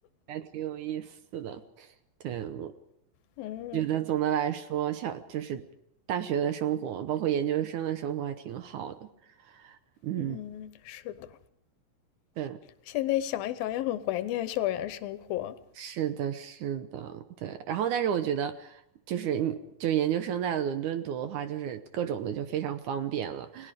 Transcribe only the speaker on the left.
嗯
嗯，是的，
现在想一想也很怀念校园生活。